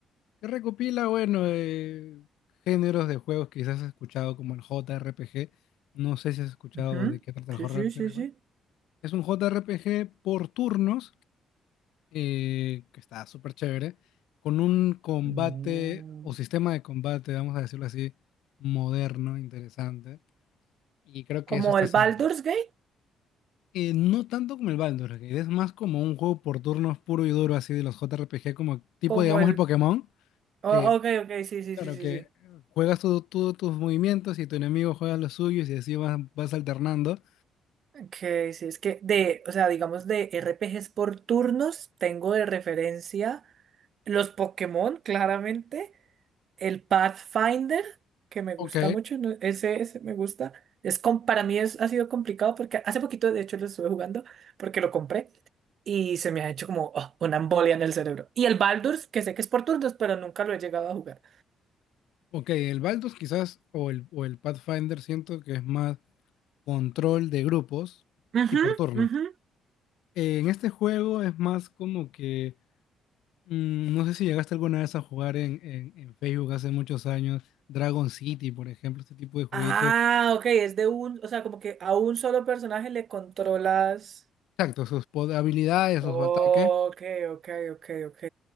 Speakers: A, on the left (about 85°); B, on the right (about 60°).
A: que recopila, bueno, eh, géneros de juegos que quizás has escuchado como el JRPG. No sé si has escuchado
B: Ujú.
A: de qué trata
B: Sí,
A: el JRPG.
B: sí, sí, sí.
A: Es un JRPG por turnos eh, que está súper chévere, con un combate
B: Mm.
A: o sistema de combate, vamos a decirlo así, moderno, interesante, y creo
B: Como
A: que eso está
B: el
A: haciendo.
B: Baldur's Gate,
A: Eh, no tanto como el Baldur's Gate, es más como un juego por turnos puro y duro, así de los JRPG, como tipo,
B: como
A: digamos,
B: el...
A: el Pokémon,
B: oh,
A: que,
B: ok, ok, sí, sí,
A: claro,
B: sí, sí,
A: que
B: sí.
A: juegas tú, tú tus movimientos y tu enemigo juega los suyos y así vas, vas alternando.
B: Ok, sí, es que de, o sea, digamos de RPGs por turnos, tengo de referencia los Pokémon, claramente, el Pathfinder, que me
A: Ok,
B: gusta mucho, ¿no? Ese, ese me gusta. Es com- para mí es, ha sido complicado porque hace poquito, de hecho, lo estuve jugando porque lo compré. y se me ha hecho como oh, una embolia en el cerebro. Y el Baldur's, que sé que es por turnos, pero nunca lo he llegado a jugar.
A: ok, el Baldur's quizás, o el, o el Pathfinder siento que es más control de grupos
B: Ujú,
A: y por turno.
B: ujú.
A: En este juego es más como que, mm, no sé si llegaste alguna vez a jugar en, en- en Facebook hace muchos años, Dragon City, por ejemplo, este tipo de jueguitos.
B: Ah, ok, es de un, o sea, como que a un solo personaje le controlas.
A: Exacto, sus po- habilidades,
B: Ok,
A: sus ataques.
B: ok, ok, ok.